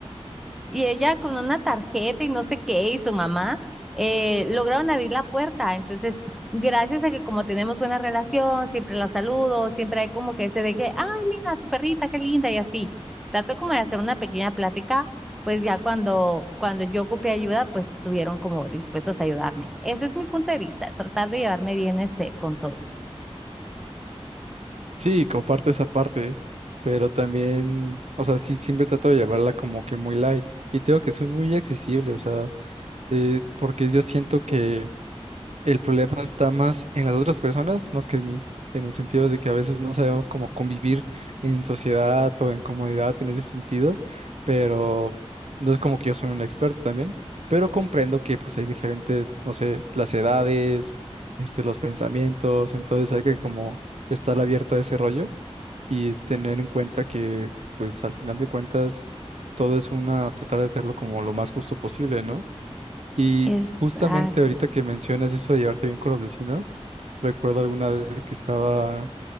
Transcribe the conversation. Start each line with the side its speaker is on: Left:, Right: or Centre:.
Centre: Y ella con una tarjeta y no sé qué, y su mamá, eh, lograron abrir la puerta. Entonces, gracias a que como tenemos buena relación, siempre la saludo, siempre hay como que ese de que, ay, mira, tu perrita, qué linda, y así. Trato como de hacer una pequeña plática, pues ya cuando, cuando yo ocupé ayuda, pues estuvieron como dispuestos a ayudarme. Ese es mi punto de vista, tratar de llevarme bien este con todos.
Right: Sí, comparto esa parte, ¿eh? pero también, o sea, sí, siempre trato de llevarla como que muy light. Y tengo que soy muy accesible, o sea, eh, porque yo siento que El problema está más en las otras personas, más que en mí, en el sentido de que a veces no sabemos cómo convivir en sociedad o en comodidad en ese sentido, pero no es como que yo soy un experto también, pero comprendo que pues hay diferentes, no sé, las edades, este, los pensamientos, entonces hay que como estar abierto a ese rollo y tener en cuenta que pues al final de cuentas todo es una, tratar de hacerlo como lo más justo posible, ¿no? Y
Centre: Exacto.
Right: justamente ahorita que mencionas eso de llevarte bien con los vecinos, recuerdo alguna vez de que estaba,